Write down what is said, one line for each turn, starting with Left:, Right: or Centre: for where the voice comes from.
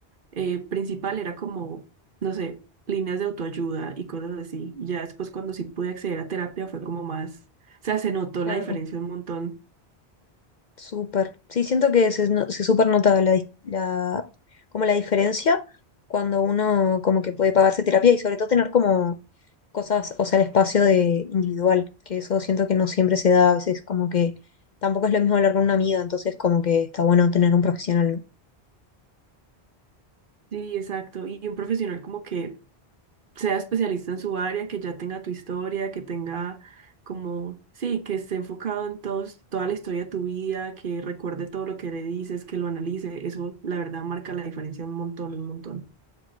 Right: eh, principal era como, no sé, líneas de autoayuda y cosas así. Y ya después, cuando sí pude acceder a terapia, fue como más, o sea, se notó
Left: Claro,
Right: la diferencia un montón.
Left: súper. Sí, siento que se, no- se súper nota la, dis- la, como la diferencia cuando uno como que puede pagarse terapia y sobre todo tener como cosas, o sea, el espacio de individual, que eso siento que no siempre se da, a veces como que tampoco es lo mismo hablar con una amiga, entonces como que está bueno tener un profesional. ¿no?
Right: Sí, exacto. Y un profesional como que sea especialista en su área, que ya tenga tu historia, que tenga como, sí, que esté enfocado en todos, toda la historia de tu vida, que recuerde todo lo que le dices, que lo analice. Eso, la verdad, marca la diferencia un montón, un montón.